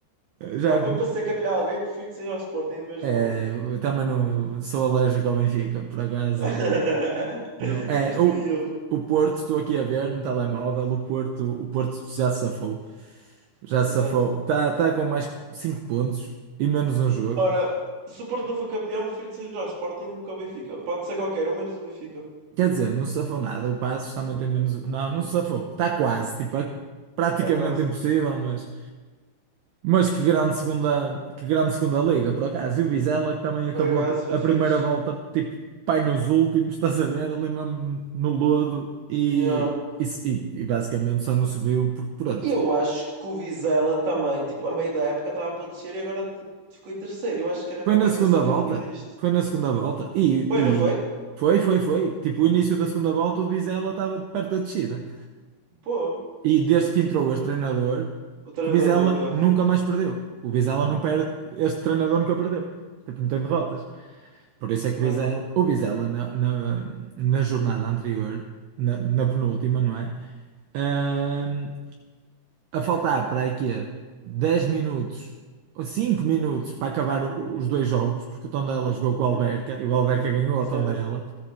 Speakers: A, on the right; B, on the right.
A: já
B: Ah, mas
A: como,
B: para ser campeão alguém, prefiro que seja o Sporting em vez
A: é,
B: do outro.
A: eu também não sou alérgico ao Benfica, por acaso
B: <laughs>
A: não, não, é,
B: És
A: o,
B: tu e eu.
A: o Porto, estou aqui a ver no telemóvel, o Porto, o Porto já se safou, já se
B: Exato.
A: safou, está tá tá com mais cinco pontos e menos um jogo,
B: Ora, se o Porto não for campeão, prefiro que seja o Sporting do que o Benfica. Pode ser qualquer um, menos o Benfica.
A: Quer dizer, não se safou nada. O Passos também tem menos. Não, não se safou. Está quase. Tipo, é praticamente
B: Está quase.
A: impossível, mas. Mas que grande segunda, que grande segunda liga, por acaso. E o Vizela, que também acabou
B: Por acaso,
A: a, pr-
B: foi
A: a
B: fixe.
A: primeira volta, tipo, pai nos últimos, <laughs> estás a ver, ali mesmo no lodo. E,
B: Yeah.
A: e, se- e- e basicamente só não subiu, porque pronto.
B: E eu acho que o Vizela também, tipo, a meio da época estava para descer e agora t- ficou em terceiro. Eu acho que era
A: Foi
B: qualquer
A: na
B: coisa
A: segunda
B: assim
A: volta.
B: que eu tinha visto.
A: Foi na segunda volta. E,
B: Foi, não foi?
A: e foi, foi, foi. Tipo, o início da segunda volta, o Vizela estava perto da descida.
B: Pô.
A: E desde que entrou este treinador,
B: O treinador
A: que o Vizela
B: novo, já.
A: nunca mais perdeu. O Vizela não perde, este treinador nunca perdeu. Tipo, não tem derrotas. Por isso é que
B: Bem
A: o Vizela,
B: não.
A: o Vizela na, na, na jornada anterior, na, na penúltima, não é? Ahm, a faltar para aqui 10 minutos ou 5 minutos para acabar o- os dois jogos, porque o Tondela jogou com o Alverca
B: Hum,
A: e o Alverca ganhou ao
B: certo.
A: Tondela.